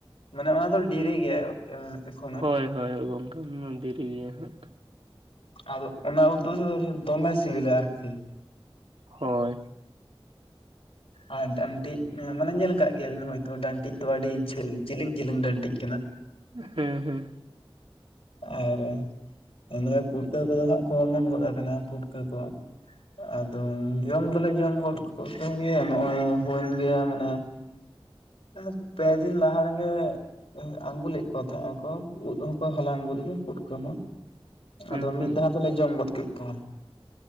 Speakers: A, on the left; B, on the right.
A: ᱢᱟᱱᱮ ᱚᱱᱟ ᱫᱚ ᱰᱮᱨᱤ ᱜᱮᱭᱟ ᱮᱠᱷᱚᱱᱳ
B: ᱦᱳᱭ ᱦᱳᱭ ᱜᱚᱝᱠᱮ ᱰᱮᱨᱤ ᱜᱮᱭᱟ ᱦᱟᱸᱜ
A: ᱟᱫᱚ ᱚᱱᱟ ᱩᱫᱽ ᱫᱚᱥᱮ ᱫᱚ ᱫᱚᱢᱮ ᱥᱤᱵᱤᱞᱟ ᱟᱨᱠᱤ
B: ᱦᱳᱭ
A: ᱟᱨ ᱰᱟᱹᱱᱴᱤᱜ ᱢᱟᱱᱮ ᱧᱮᱞ ᱠᱟᱜ ᱜᱮᱭᱟᱵᱤᱱ ᱦᱳᱭᱛᱳ ᱰᱟᱹᱱᱴᱤᱡ ᱫᱚ ᱟᱹᱰᱤ ᱡᱷᱟᱹᱞ ᱜᱮ ᱡᱤᱞᱮᱝ ᱡᱮᱞᱤᱝ ᱰᱟᱱᱴᱤᱡ ᱠᱟᱱᱟ᱾
B: ᱦᱮᱸ ᱦᱮᱸ
A: ᱟᱨ ᱸᱤᱭᱟᱹ ᱯᱩᱴᱠᱟᱹ ᱠᱚᱫᱚ ᱦᱟᱸᱜ ᱠᱚ ᱚᱢᱚᱱ ᱜᱚᱫ ᱟᱠᱟᱱᱟ ᱯᱩᱴᱠᱟᱹ ᱠᱚ ᱟᱫᱚ ᱡᱚᱢ ᱫᱚᱞᱮ ᱡᱚᱢ ᱜᱚᱫ ᱠᱚ ᱜᱮᱭᱟ ᱱᱚᱜᱼᱚᱭ ᱦᱩᱭᱮᱱ ᱜᱤᱭᱟ ᱦᱟᱱᱮ ᱟᱨ ᱯᱨᱟᱭ ᱫᱤᱱ ᱞᱟᱦᱟ ᱨᱮᱜᱮ ᱮᱸᱦ ᱟᱝᱜᱩᱞᱮᱫ ᱠᱚᱣᱟ ᱛᱟᱦᱮᱸ-ᱟ ᱠᱚ, ᱩᱫ ᱦᱚᱸᱠᱚ ᱦᱟᱞᱟᱝ ᱟᱝᱜᱩ ᱞᱮᱫᱟ ᱯᱩᱴᱠᱟᱹ ᱦᱚᱸ᱾
B: ᱦᱮᱸ
A: ᱟᱫᱚ ᱢᱤᱫ
B: ᱦᱮᱸ
A: ᱫᱷᱟᱣ ᱛᱮᱞᱮ ᱡᱚᱢ ᱜᱚᱫ ᱠᱮᱫ ᱠᱚᱣᱟ ᱾